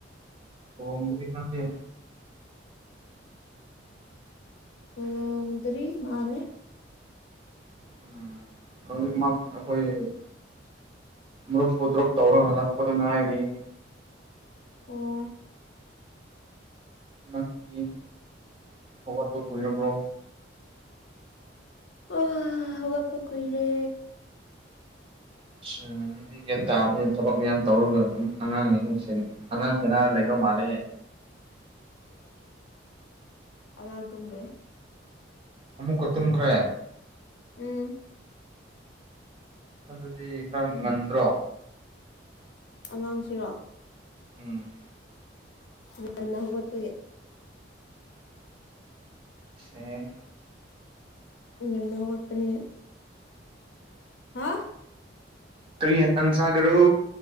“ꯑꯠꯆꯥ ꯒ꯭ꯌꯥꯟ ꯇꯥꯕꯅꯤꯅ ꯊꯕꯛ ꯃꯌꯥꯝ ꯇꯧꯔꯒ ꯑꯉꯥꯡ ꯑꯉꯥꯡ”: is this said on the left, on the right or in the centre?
Right